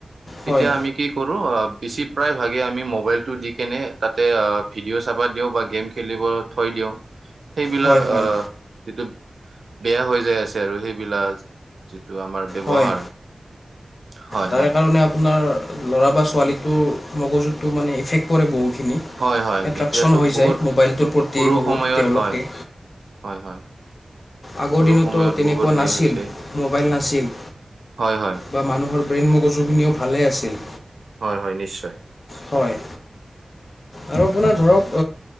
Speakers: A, on the right; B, on the left.
A: তেতিয়া
B: হয়,
A: আনিকি কৰো বেছি প্ৰায় ভাগে আমি মোবাইলতটো দি কেনে তাতে ভিডিঅ' চাবা দিও বা গেম খেলিব থৈ দিওঁ। <unintelligible> সেইবিলাক
B: হয়, হয়,
A: আহ যিটো বেয়া হৈ যাই আছে আৰু সেইবিলাক টো আমাৰ ব্যৱহাৰ
B: হয়,
A: হয়
B: তাৰে
A: হয়
B: কাৰণে আপোনাৰ ল'ৰা বা ছোৱালীটোৰ মগজুততটো মানে এফেক্ট কৰে বহুত খিনি
A: হয় হয়
B: এট্ৰোকশ্যন
A: এতিয়াতো
B: হৈ
A: বহুত
B: যায় মোবাইলটোৰ প্ৰতি
A: সৰু
B: বহুত
A: সময়ত
B: তেওঁলোকে
A: হয় হয় হয়
B: আগৰ
A: সৰু
B: দিনতো
A: সময়ত
B: তেনেকুৱা
A: বহুত হেৰি
B: নাছিল
A: হৈছে
B: মোবাইল নাছিল
A: হয় হয়
B: বা মানুহৰ ব্ৰেইন মগজুখিনিও ভালেই আছিল
A: হয় হয় নিশ্চয়
B: হয় আৰু আপোনাৰ ধৰক